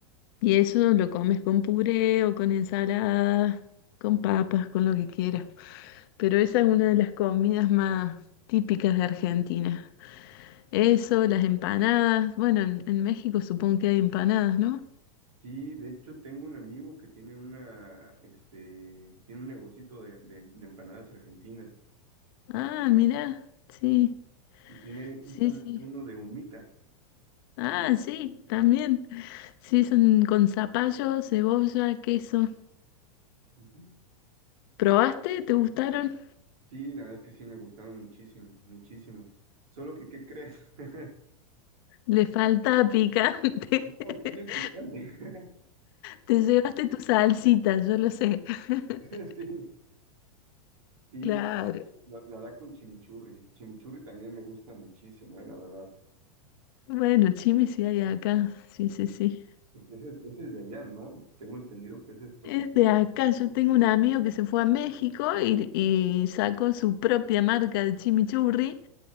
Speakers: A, on the left; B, on the right.
A: Y eso lo comes con puré o con ensalada con papas, con lo que quieras. Pero esa es una de las comidas más típicas de Argentina. Eso, las empanadas. Bueno, en, en México supongo que hay empanadas, ¿no?
B: Sí, de hecho tengo un amigo que tiene una, este, tiene un negocito de, de- de empanadas argentinas
A: Ah, mira, sí,
B: y tiene justamente
A: sí, sí.
B: uno de humita.
A: Ah, sí, también. Sí, son con zapallo, cebolla, queso.
B: Ujú.
A: ¿Probaste? ¿Te gustaron?
B: Sí, la verdad es que sí me gustaron muchísimo, muchísimo. Solo que, ¿qué crees? <laughs>
A: Le falta picante.
B: No,
A: <laughs>
B: tienen picante.
A: Te llevaste tu salsita, yo lo sé. <laughs>
B: <laughs> Sí. Sí,
A: Claro.
B: la, la verdad con chimichurri. Chimichurri también me gusta muchísimo, eh, la verdad.
A: Bueno, Chimi sí hay acá. Sí, sí, sí.
B: Pues Ese, es- ese es de allá, ¿no? Tengo entendido que ese es total.
A: Es de acá. Yo tengo un amigo que se fue a México y, y sacó su propia marca de chimichurri